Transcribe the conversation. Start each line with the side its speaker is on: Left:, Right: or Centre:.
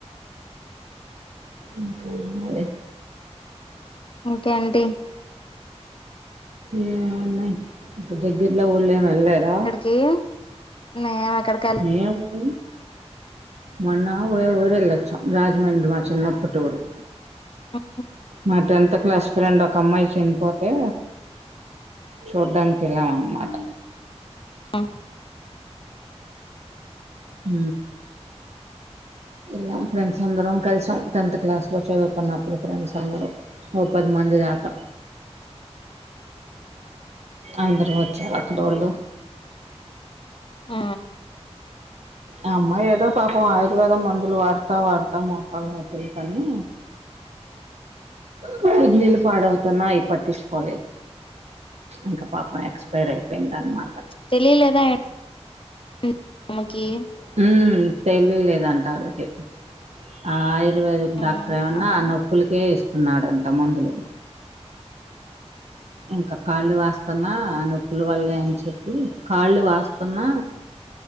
Right: ఇంకే ఏం మరే
Left: ఇంకేంటి
Right: ఏ ఉన్నయ్ ఇంకా దెగ్గిరలో ఊళ్లేం ఎల్లేదా
Left: చేయు మేం ఎక్కడికి
Right: మే హు మొన్న ఒ ఊరెల్లొచ్చం రాజమండ్రి మా చిన్నప్పటి ఊరు
Left: ఆహ
Right: మా టెన్త్ క్లాస్ ఫ్రెండ్ ఒక అమ్మాయి చనిపోతే చూడ్డానికి ఎళ్ళాం అన్మాట
Left: అ
Right: ఊ ఎల్లాం ఫ్రెండ్స్ అందరం కలిసాం టెన్త్ క్లాస్లో చదువుకున్నప్పుడు ఫ్రెండ్స్ అందరు ఓ పది మంది దాక
Left: అ <inaudible>
Right: అందురు వచ్చారు అక్కడొల్లు
Left: అ
Right: ఆ అమ్మాయి ఏదో పాపం ఆయుర్వేదం మందులు వాడతా వాడతా మొక్కలు నొప్పులు కని
Left: అ <inaudible>
Right: కిడ్నీలు పాడవుతున్నా అవి పట్టించుకోలేదు ఇంకా పాపం ఎక్స్పైర్ అయిపోయిందన్నమాట
Left: తెలియలేదా ఎంటి ఆమేకి
Right: హ్మ్ తెలియలేదంట వాళ్ళకి ఆ ఆయుర్వేదిక్
Left: ఉమ్
Right: డాక్టర్ ఏమన్నా
Left: ఓకే
Right: ఆ నొప్పులకే ఇస్తున్నాడంట మందులు ఇంకా కాళ్ళు వాస్తున్నా నొప్పులు వల్లే అని చెప్పి కాళ్ళు వాస్తున్నా